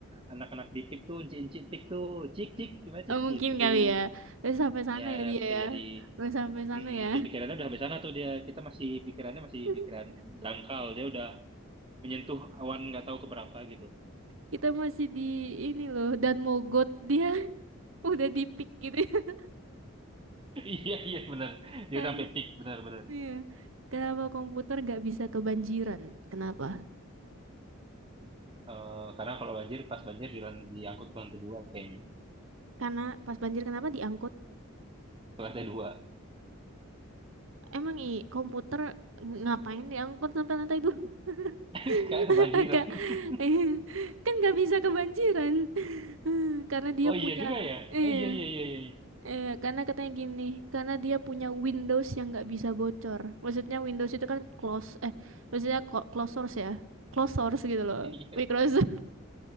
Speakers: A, on the right; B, on the right.
A: anak-anak di PIK tuh, cik-cik PIK tuh, cik-cik gimana cik
B: eh, mungkin
A: gitu.
B: kali ya. Terus sampai sana
A: Ya
B: ya dia
A: bisa
B: ya.
A: jadi
B: Terus sampai sana
A: mm,
B: ya.
A: pikirannya udah sampai sana tuh dia. Kita masih pikirannya masih
B: <laughs>
A: pikiran dangkal. Dia udah menyentuh awan nggak tahu keberapa gitu. <laughs>
B: Kita masih di ini loh dan mogot dia <laughs> udah di pick gitu ya. <laughs>
A: Iya iya benar. Dia
B: Yang-
A: udah sampai peak benar benar.
B: Iya. Kenapa komputer nggak bisa kebanjiran? Kenapa?
A: Eh, karena kalau banjir pas banjir di, lan- diangkut ke lantai dua kayaknya.
B: Karena pas banjir kenapa diangkut?
A: Ke lantai dua.
B: Emang i komputer ngapain diangkut sampai lantai dua?
A: <laughs>
B: <laughs>
A: Karena kebanjiran.
B: Agak
A: <laughs>
B: <laughs> kan nggak bisa kebanjiran <laughs> karena dia
A: Oh
B: punya
A: iya juga ya.
B: eh
A: Oh iya iya iya iya. <laughs>
B: eh karena katanya gini, karena dia punya Windows yang nggak bisa bocor. Maksudnya Windows itu kan close eh maksudnya co- close source ya. Close source gitu loh.
A: Iya iya.
B: Microsoft.